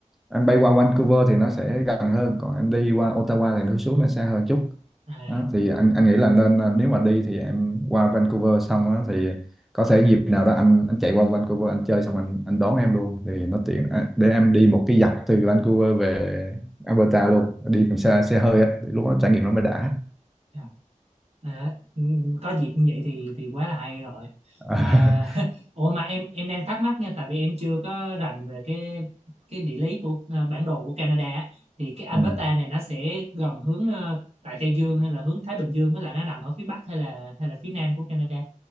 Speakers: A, in the centre; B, on the right.
A: em bay qua Vancouver thì nó sẽ gần hơn còn em đi qua Ottawa thì nó xuống nó xa hơn chút
B: à
A: đó, thì anh anh nghĩ là nên à, nếu mà đi thì em qua Vancouver xong á thì có thể dịp nào đó anh anh chạy qua Vancouver anh chơi xong anh anh đón em luôn thì nó tiện à, để em đi một cái dọc từ Vancouver về Alberta luôn đi bằng xe xe hơi á thì lúc đó trải nghiệm nó mới đã
B: à. À, ừ, ừ, có dịp như vậy thì thì quá là hay rồi
A: <laughs>
B: mà <laughs> ủa mà em em đang thắc mắc nha tại vì em chưa có rành về cái cái địa lý của ờ, bản đồ của Canada á. thì cái Alberta
A: ừ.
B: này nó sẽ gần hướng ờ, tại Tây Dương hay là hướng Thái Bình Dương với lại nó nằm ở phía Bắc hay là hay là phía Nam của Canada